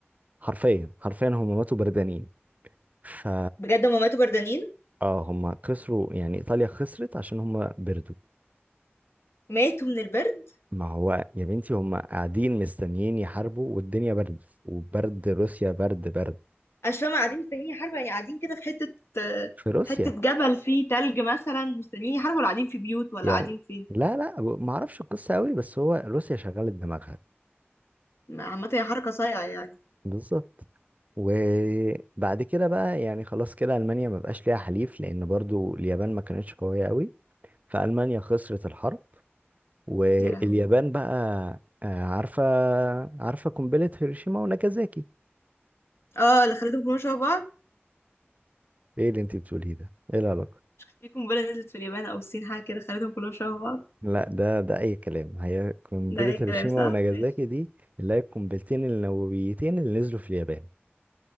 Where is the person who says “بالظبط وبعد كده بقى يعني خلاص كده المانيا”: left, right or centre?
Right